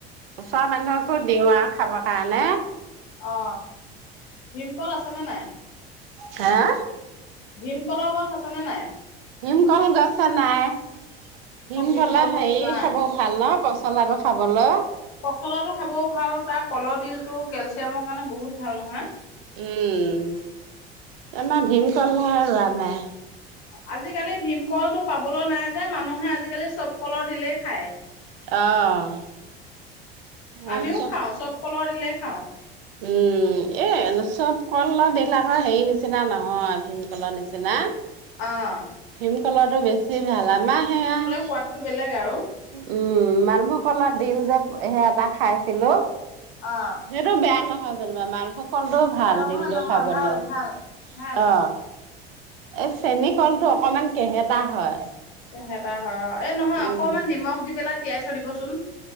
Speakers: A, on the right (about 65°); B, on the left (about 55°).
A: ওচৰ মানুহকো দিওঁ আ খাবৰ কাৰণে।
B: অ। ভীমকল আছেনে নাই?
A: হেয়া?
B: ভীমকলৰ গছ আছেনে নাই?
A: ভীমকল গছত নাই ভীমকলৰ
B: অ', ভীমকল গছ
A: সেই
B: নাই।
A: খাব ভাল ন পচ হলাটো খাবলে
B: পচলাটো খাবও ভাল তাৰ কলৰ ডিলটো কেলচিয়ামৰ কাৰণে বহুত ভাল নহয়
A: উম আমাৰ ভীমকল হে ৰোৱা নাই
B: আজি আজি কালি ভীমকলটো পাব পাবলৈ নাই যে মানুহে আজিকালি চব কলৰ দিলেই খায়
A: আহ এই
B: আমিও
A: চব
B: খাওঁ কলৰ দিলেই খাওঁ
A: উম এ চব কল দিলাক হেৰি নিচিনা নহয় ভীমকললৰ নিচিনা
B: অহ
A: ভীমকলৰটো বেষ্ট বেছি ভাল আমাৰ সেয়া
B: সোৱাদটো বেলেগ আৰু।
A: উম মালভোগ কলাত দিল যাব। সে এবাৰ খাইছিলোঁ
B: অ',
A: সটো বেয়া নহয় যেনিবা মাল ভোগ কলটো ভাল
B: নহয়
A: দিল তো
B: নহয়
A: খাবলৈ
B: ভাল
A: অ'
B: ভাল। ভাল
A: এ চেনী কলটো অকমান কেহেতা হয়।
B: সে ত <unintelligible> হয় অ' এই নহয়
A: উম
B: অকমান নিমখ দি পেলাই তিয়াই থৈ দিবচোন।